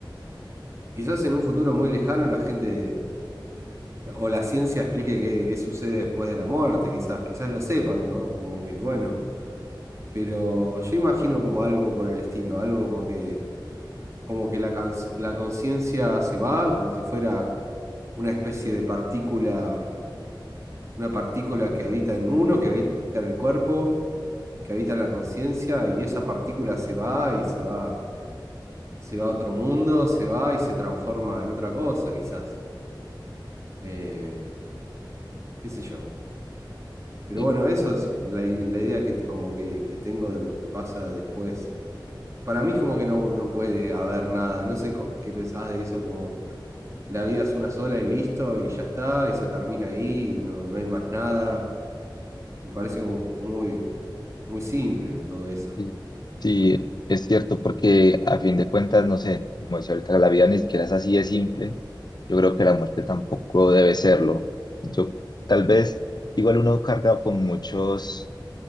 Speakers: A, on the right; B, on the left.
A: quizás en un futuro muy lejano la gente o la ciencia explique qué, qué sucede después de la muerte, quizás, quizás lo sepan, ¿no? Como que, bueno, pero yo imagino como algo por el estilo, algo como que, como que la, cons- la conciencia se va, como si fuera una especie de partícula, una partícula que habita en uno, que habita en el cuerpo, que habita en la conciencia, y esa partícula se va y se va, se va a otro mundo, se va y se transforma en otra cosa, quizás. Eh, qué sé yo. Pero
B: Ok,
A: bueno, eso es la, i- la idea que, te- como que, que tengo de lo que pasa después. Para mí como que no, no puede haber nada. No sé co- qué pensás de eso, como la vida es una sola y listo, y ya está, y se termina ahí, y no, no hay más nada Me parece como muy, muy simple todo eso.
B: Sí, sí, es cierto, porque a fin de cuentas, no sé, como decía ahorita, la vida ni siquiera es así de simple. Yo creo que la muerte tampoco debe serlo. Yo, tal vez, igual uno carga con muchos